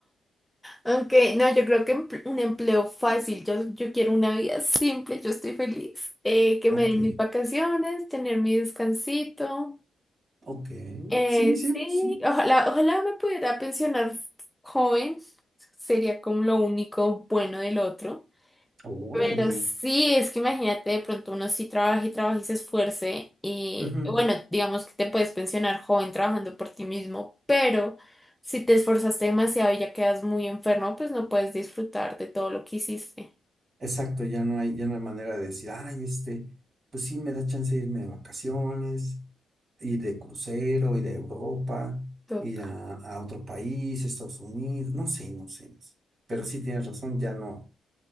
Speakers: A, in the centre; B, on the right.
A: Aunque, no, yo creo que empl- un empleo fácil, yo, yo quiero una vida simple, yo estoy feliz. Eh, que
B: Ok,
A: me den mis vacaciones, tener mi descansito.
B: ok.
A: Eh,
B: Sí, sí,
A: sí,
B: sí.
A: ojalá, ojalá me pudiera pensionar joven, sería como lo único bueno del otro.
B: Órale.
A: Pero sí, es que imagínate, de pronto uno sí trabaja y trabaja y se esfuerce y
B: Ujú.
A: bueno, digamos que te puedes pensionar joven trabajando por ti mismo, pero si te esforzaste demasiado y ya quedas muy enfermo, pues no puedes disfrutar de todo lo que hiciste,
B: Exacto, ya no hay, ya no hay manera de decir, ay, este, pues sí, me da chance de irme de vacaciones, ir de crucero, ir a Europa,
A: todo,
B: ir a, a otro país, Estados Unidos, no sé, no sé, no sé. Pero sí tienes razón, ya no,